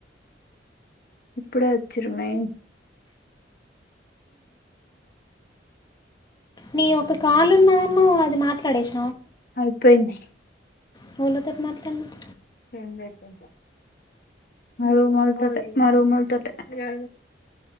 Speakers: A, on the left; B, on the left.
A: ఇప్పుడే వచ్చీర్రు మే
B: నీ ఒక కాల్ ఉన్నదన్నవ్ అది మాట్లాడేసా
A: అయిపోయింది
B: పూల తోటి మాట్లాడినావ్
A: ఫోన్ చేసివుంచ మరియు మేల్తోటే మా రూముకత్తి మా